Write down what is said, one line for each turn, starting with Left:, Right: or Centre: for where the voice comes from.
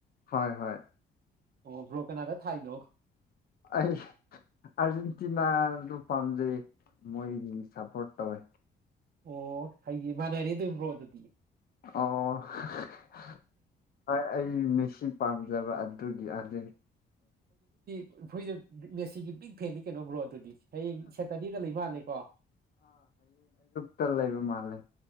Left: ꯍꯣꯏ ꯍꯣꯏ
Right: ꯑꯣ ꯕ꯭ꯔꯣ ꯀꯅꯥꯗ ꯊꯥꯏ ꯅꯣ
Left: ꯑꯩ ꯑꯔꯖꯦꯟꯇꯤꯅꯥꯗꯨ ꯄꯥꯝꯖꯩ ꯃꯣꯏꯒꯤ ꯁꯄꯣꯠ ꯇꯧꯋꯦ
Right: ꯑꯣ ꯑꯩꯒꯤ ꯃꯥꯟꯅꯔꯦ ꯗꯨꯝ ꯕ꯭ꯔꯣ ꯑꯗꯨꯗꯤ
Left: ꯑꯣꯍꯍ.. ꯍꯣꯏ ꯑꯩ ꯃꯤꯁꯤ ꯄꯥꯝꯖꯕ ꯑꯗꯨꯒꯤ ꯑꯗꯨꯅꯤ
Right: ꯑꯩꯈꯣꯏꯁꯦ ꯃꯦꯁꯤꯒꯤ ꯕꯤꯛ ꯐꯦꯟꯅꯤ ꯀꯩꯅꯣ ꯕ꯭ꯔꯣ ꯑꯗꯨꯗꯤ ꯍꯌꯦꯡ ꯁꯦꯇꯔꯗꯦꯗ ꯂꯩ ꯃꯥꯜꯂꯦꯀꯣ
Left: ꯇ ꯂꯩꯕ ꯃꯥꯜꯂꯦ